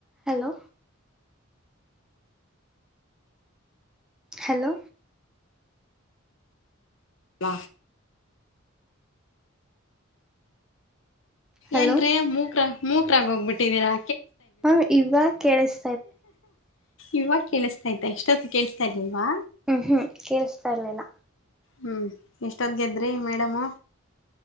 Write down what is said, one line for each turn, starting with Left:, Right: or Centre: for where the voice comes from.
Centre: Hello. Hello.
Left: ವ
Centre: hello
Left: ಏನ್ರೀ ಮೂಕ ಮೂಕರಾಗ ಹೋಗ್ಬಿಟ್ಟಿದೀರಾ
Centre: ಹ್ಮ ಇವ ಕೇಳಿಸ
Left: ಇವಾಗ ಕೇಳಿಸ್ತಾ ಇದ್ದ ಎಷ್ಟೊತ್ತು ಕೇಳಸ್ತಾ ಇಲ್ಲ ಇಲ್ವಾ
Centre: ಹ್ಮ್ ಹ್ಮ್ ಕೇೇಳಸ್ತಾ ಇರ್ಲಿಲ್ಲ
Left: ಹ್ಮ್ ಇಷ್ಟೊದ್ಗೆದ್ರಿ ಮೇಡಮು